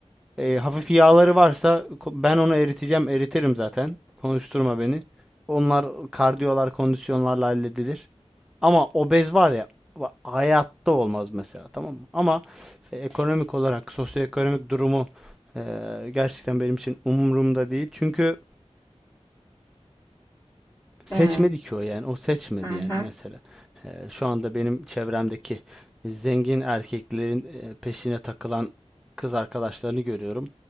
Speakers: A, in the centre; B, on the left (about 20°).
A: E, hafif yağları varsa ko- ben onu eriteceğim, eritirim zaten. Konuşturma beni. Onlar kardiyolar, kondisyonlarla halledilir. Ama obez var ya hayatta olmaz mesela tamam mı? Ama e, ekonomik olarak sosyoekonomik durumu e, gerçekten benim için umurumda değil. Çünkü seçmedi
B: Ee,
A: ki o yani o seçmedi
B: hı hı,
A: yani mesela. E, şu anda benim çevremdeki zengin erkeklerin e, peşine takılan kız arkadaşlarını görüyorum.